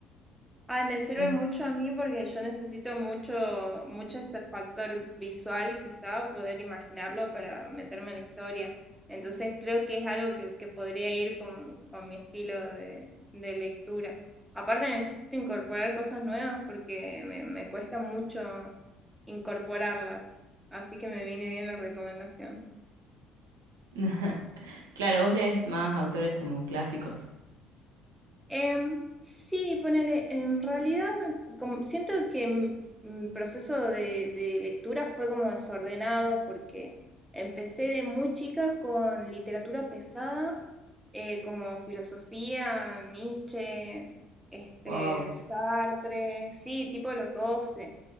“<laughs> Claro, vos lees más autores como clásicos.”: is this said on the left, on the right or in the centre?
Right